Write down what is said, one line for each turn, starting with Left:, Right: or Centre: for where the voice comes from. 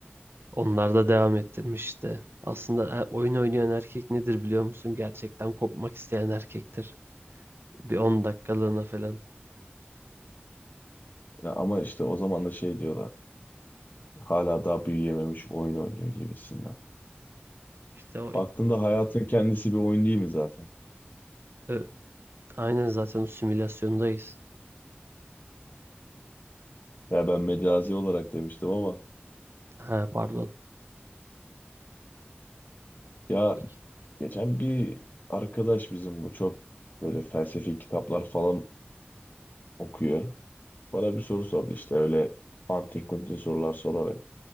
Right: Onlar da devam ettirmiş işte. Aslında e, oyun oynayan erkek nedir biliyor musun? Gerçekten kopmak isteyen erkektir. Bir 10 dakikalığına falan.
Left: Ya ama işte o zaman da şey diyorlar. Hala daha büyüyememiş oyun oynuyor gibisinden.
Right: İşte o
Left: Baktığında hayatın kendisi bir oyun değil mi zaten?
Right: ö- Aynen zaten o simülasyondayız.
Left: Ya ben mecazi olarak demiştim ama
Right: Ha pardon.
Left: ya
Right: Peki.
Left: Geçen bir arkadaş bizim bu çok böyle felsefi kitaplar falan okuyor. Bana bir soru sordu işte öyle antin kuntin sorular sorarak.